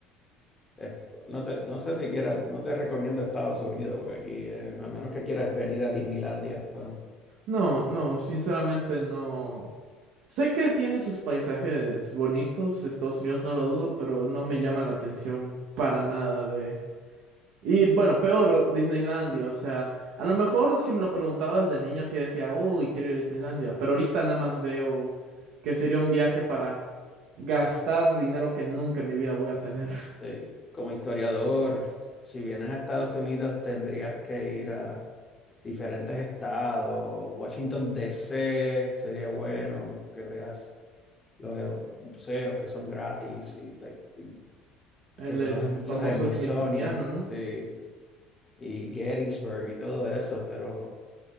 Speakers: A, on the left (about 20°); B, on the right (about 70°).
A: es- no te, no sé si quieras, no te recomiendo Estados Unidos, porque aquí, eh, a menos que quieras venir a Disneylandia, pero
B: No, no, sinceramente no. Sé que tiene sus paisajes bonitos, Estados Unidos no lo dudo, pero no me llama la atención para nada de... Y bueno, peor, Disneylandia, o sea, a lo mejor si me lo preguntabas de niño sí decía, uy, quiero ir a Disneylandia, pero ahorita nada más veo que sería un viaje para gastar dinero que nunca en mi vida voy a tener. <laughs>
A: Sí, Como historiador, si vienes a Estados Unidos, tendrías que ir a diferentes estados. Washington, D. C. sería bueno que veas los museos que son gratis y, la- y
B: Él
A: que son
B: es
A: los, em-
B: famoso
A: los Smithsonian,
B: smithsoniano, ¿no?
A: sí, y Gettysburg y todo eso, pero